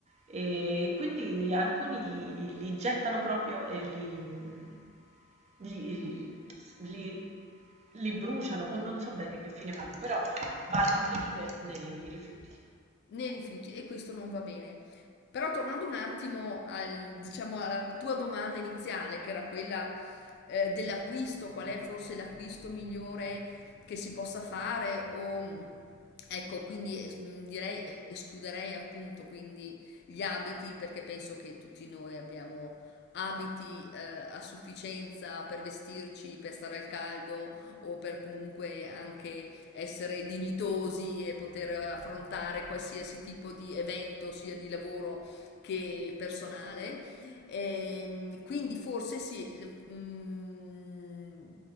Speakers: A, on the right; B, on the left.
A: e quindi alcuni li, li gettano proprio e li, mm, li- li- li bruciano o non so bene che fine fanno, però vanno a finire
B: mm.
A: nei rifiuti.
B: nei rifiuti e questo non va bene. Però tornando un attimo al, diciamo, alla tua domanda iniziale, che era quella eh, dell'acquisto, qual è forse l'acquisto migliore che si possa fare o ecco, quindi es- direi escluderei appunto quindi gli abiti perché penso che tutti noi abbiamo abiti eh, a sufficienza per vestirci, per stare al caldo o per comunque anche essere dignitosi e poter affrontare qualsiasi tipo di evento, sia di lavoro che personale. E, quindi forse sì, mm,